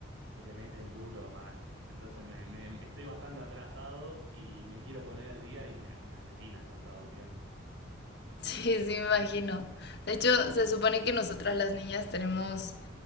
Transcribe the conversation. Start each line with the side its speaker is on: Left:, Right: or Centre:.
Right: que le meten duro mal. Entonces me, me- estoy bastante atrasado y me quiero poner al día y me, me asesinan cuando hago pierna.
Left: Sí, sí, me imagino. De hecho, se supone que nosotras las niñas tenemos